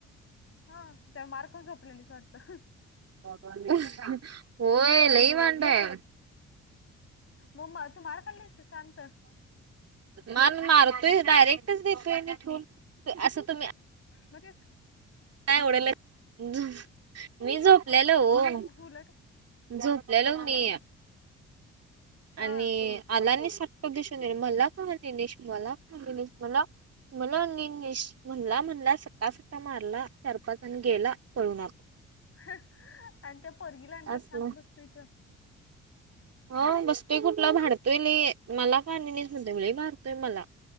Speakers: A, on the left; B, on the right.
A: हा त्या मार्कून झोपलेली सडतं
B: उप अ होय लई वांदाय
A: मम तू मार खाल्लीस शांत
B: मान मारतोय डायरेक्टच देतोये ठेऊन असं तुम्ही या
A: मध्येच
B: काय उडल य मी झोपलेलं हो
A: तू उलट
B: झोपलेलो
A: हा
B: मी य
A: हा
B: आणि आला नाही सटप दिसून मला कानेश मला कानेश मला मला अ म्हणला म्हणला सटा सटा मारला चार पाच ज आण गेला पळू आत
A: आणि त्या पगीला आणल्या
B: असलं.
A: शांत बसतय त्या
B: हा बसतोय कुठला भारतोय ल मला कानीस म भरतोय मला